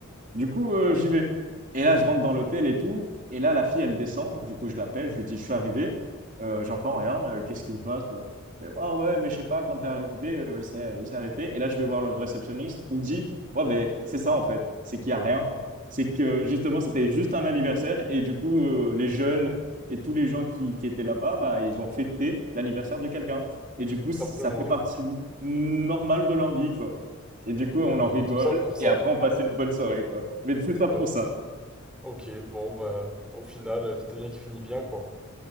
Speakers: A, on the right; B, in the centre.
A: Du coup, euh, j'y vais. Et là, je rentre dans l'hôtel et tout. Et là, la fille, elle descend. Du coup, je l'appelle. Je lui dis, je suis arrivé. Euh, j'entends rien. Euh, qu'est-ce qui se passe? Bah, euh, ah ouais, mais je sais pas, quand t'es arrivé, euh, il s'est il s'est arrêté. Et là, je vais voir le réceptionniste. Il me dit, ouais, ben, c'est ça, en fait. C'est qu'il y a rien. C'est que, justement, c'était juste un anniversaire. Et du coup, euh, les jeunes et tous les gens qui, qui étaient là-bas, bah, ils ont fêté l'anniversaire de quelqu'un. Et du coup,
B: simplement,
A: ça fait partie
B: genre.
A: normale de leur vie, quoi. Et du coup, on
B: Et donc,
A: en rigole.
B: tout ça pour ça.
A: Et après, on passait une bonne soirée, quoi. Mais tout
B: Trop
A: ça pour
B: bien.
A: ça,
B: Ok, bon, bah, au final, euh, tout est bien qui finit bien, quoi.